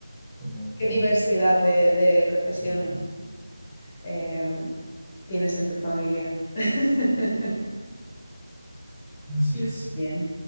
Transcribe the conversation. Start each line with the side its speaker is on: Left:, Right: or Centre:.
Centre: como,
Left: Qué
Centre: como,
Left: diversidad de, de profesiones
Centre: ujú,
Left: eh, tienes en tu familia. <laughs>
Centre: así es.
Left: Bien.